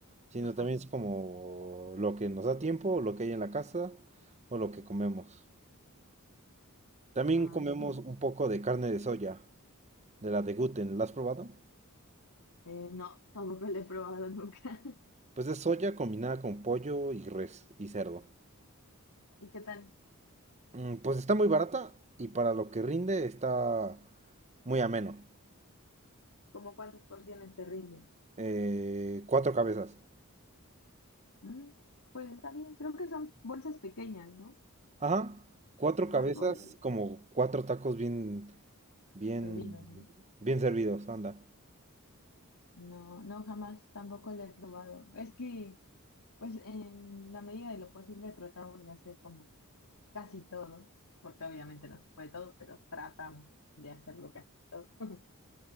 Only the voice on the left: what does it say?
Ajá.
Ah,
sí.
Eh, no, tampoco lo he probado nunca.
<laughs> ¿Y qué tal?
¿Cómo cuántas porciones te rinde?
Mm, Pues está bien, creo que son bolsas pequeñas, ¿no?
Es
algo l-
servido, ¿no?
No, no, jamás tampoco lo he probado. Es que, pues en la medida de lo posible tratamos de hacer como casi todo, porque obviamente no se puede todo, pero tratamos de hacerlo casi todo. <laughs>